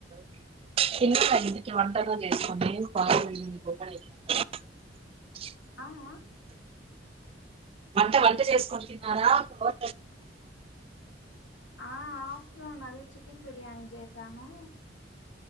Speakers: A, on the right; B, on the left.
A: <unintelligible>
B: ఆ అ
A: వంట వంట చేస్కొని తిన్నారా ఒ
B: ఆ ఆఫ్టర్నూన్ అది చికెన్ బిర్యానీ చేసానూ